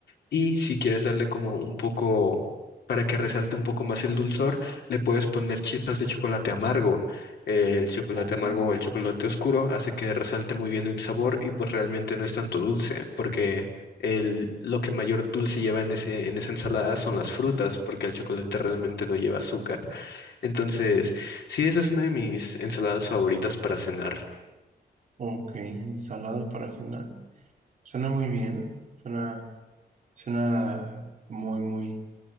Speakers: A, on the left; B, on the right.
A: Y si quieres darle como un poco, para que resalte un poco más el dulzor, le puedes poner chispas de chocolate amargo. El chocolate
B: oh,
A: amargo o el chocolate oscuro hace que resalte muy bien el sabor y pues realmente no es tanto dulce, porque el, lo que mayor dulce lleva en ese, en esa ensalada son las frutas, porque el chocolate realmente no lleva azúcar. Entonces, sí, esa es una de mis ensaladas favoritas para cenar.
B: ok, ensalada para cenar. Suena muy bien. Suena, suena muy, muy,